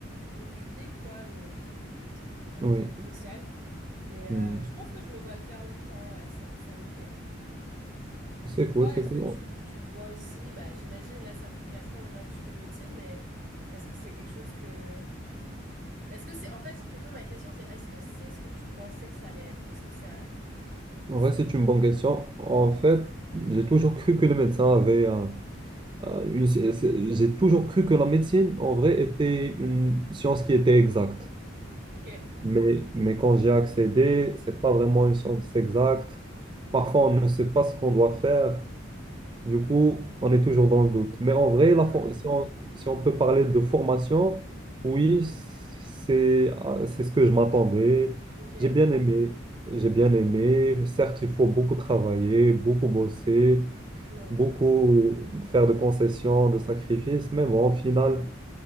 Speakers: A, on the right; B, on the right.
A: le public, quoi, le euh,
B: Oui.
A: social. Mais
B: Hmm.
A: euh, je pense que je me vois le faire longtemps, ouais, ça ça me plaît.
B: C'est
A: Et toi,
B: cool, c'est
A: est-ce
B: cool.
A: que tu, tu te vois aussi, bah, j'imagine là, ça fait quatre ans déjà que tu fais médecine, mais est-ce que c'est quelque chose que... Est-ce que c'est... En fait, plutôt ma question, c'est est-ce que c'est ce que tu pensais que ça allait être? Est-ce que ça...
B: En
A: c'est-
B: vrai, c'est une bonne question. En fait, j'ai toujours cru que les médecins avaient un- un- une... c'est- c'est- J'ai toujours cru que la médecine, en vrai, était une science qui était exacte.
A: Ok.
B: Mais, mais quand j'ai accédé, c'est pas vraiment une science exacte. Parfois, on ne sait pas ce qu'on doit faire. Du coup, on est toujours dans le doute. Mais en vrai,
A: Hmm.
B: la for- si on, si on peut parler de formation, oui, c'est, euh, c'est ce que je m'attendais.
A: Ok.
B: J'ai bien aimé. J'ai bien aimé. Certes, il faut beaucoup travailler, beaucoup bosser,
A: Ouais.
B: beaucoup faire de concessions, de sacrifices. Mais bon, au final,